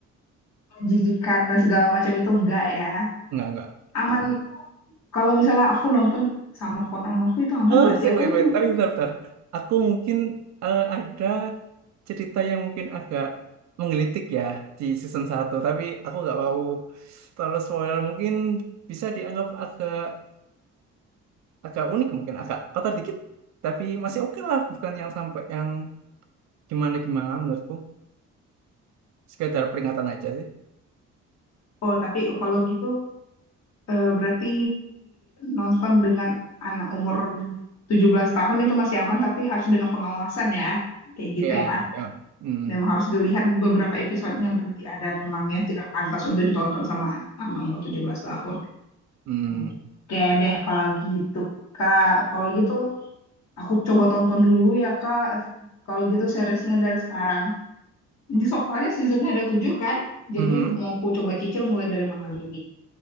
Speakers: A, on the left; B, on the right.
A: menjijikan dan segala macam itu enggak ya
B: enggak enggak.
A: aman Kalau misalnya aku nonton sama ponakan aku itu aman
B: Oh,
A: nggak sih?
B: sih,
A: Atau
B: wait,
A: itu
B: wait.
A: memang-
B: Tapi bentar, bentar. Aku mungkin eh, ada cerita yang mungkin agak menggelitik ya di season satu, tapi aku nggak mau terlalu spoiler. Mungkin bisa dianggap agak agak unik, mungkin agak kotor dikit, tapi masih oke lah. Bukan yang sampai yang gimana gimana menurutku. Sekedar peringatan aja sih.
A: oh tapi kalau gitu eh, berarti nonton dengan anak umur 17 tahun itu masih aman tapi harus dengan pengawasan ya. Kayak gitu
B: Ya,
A: ya.
B: ya. Hmm.
A: Memang harus dilihat beberapa episodenya berarti ada memang yang tidak pantas untuk ditonton sama anak umur 17 tahun.
B: Hmm,
A: Oke deh kalau gitu Kak. Kalau gitu aku coba tonton dulu ya Kak. Kalau gitu seriesnya dari sekarang. Ini Soalnya seasonnya ada tujuh kan, jadi
B: hmm,
A: mau ku coba cicil mulai dari malam ini.